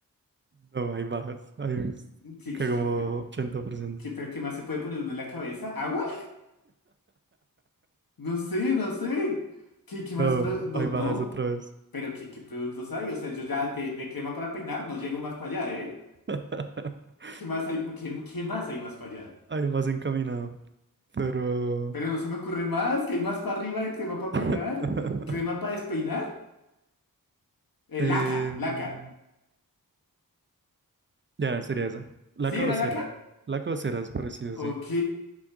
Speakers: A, on the right; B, on the left.
A: No, hay bajas, hay
B: ¿Qué,
A: que
B: qué,
A: como
B: qué, qué-
A: 80%.
B: qué- pero qué más se puede poner uno en la cabeza? ¿Agua? No sé, no sé. ¿Qué, qué más?
A: No,
B: pro- No,
A: ahí bajas
B: no.
A: otra vez.
B: Pero ¿qué, qué productos hay? O sea, yo ya de, de crema para peinar no llego más para allá, ¿eh?
A: <laughs>
B: ¿Qué más hay, qué, qué más hay más para allá?
A: Ahí vas encaminado. Pero.
B: Pero no se me ocurre más. ¿Qué hay más para arriba de crema para peinar?
A: <laughs>
B: ¿Crema para despeinar? Eh,
A: em,
B: laca, laca.
A: ya, sería esa. La
B: ¿Sí
A: caucera.
B: era laca?
A: La caucera es parecida,
B: Ok.
A: sí.